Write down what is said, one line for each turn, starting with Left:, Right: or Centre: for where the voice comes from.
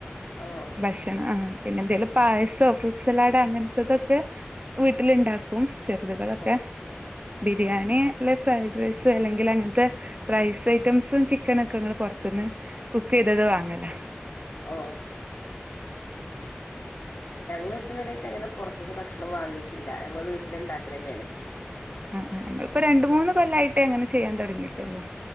Left: ഓ
Right: ഭക്ഷണ ആ പിന്നെ എന്തെലും പായസോ ഫ്രൂട്ട്സലാഡോ അങ്ങനത്തെതൊക്കെ വീട്ടിലുണ്ടാക്കും ചെർത്കൾ ഒക്കെ
Left: ഓ
Right: ബിരിയാണി അല്ലെ ഫ്രൈഡ് റൈസ് അല്ലെങ്കിൽ അങ്ങനത്തെ റൈസ് ഐറ്റംസും ചിക്കനും ഒക്കെ ങ്ങൾ പൊറത്തന്ന് കുക്ക് ചെയ്തത് വാങ്ങല
Left: ആ ഞങ്ങൾ ഇതുവരായിട്ട് അങ്ങനെ പൊറത്തുന്ന് ഭക്ഷണം വാങ്ങിട്ട് ല്ല ഞങ്ങൾ വീട്ടിൽ ഇണ്ടാക്കലന്നേണ്
Right: ആഹ് ഞങ്ങൾപ്പോ രണ്ട് മൂന്ന് കൊല്ലായിട്ടേ അങ്ങനെ ചെയ്യാൻ തുടങ്ങിട്ടുള്ളു